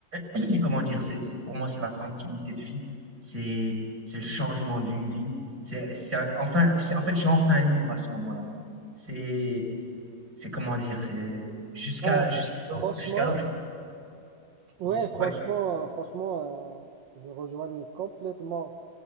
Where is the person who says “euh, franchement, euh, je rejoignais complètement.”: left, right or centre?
Right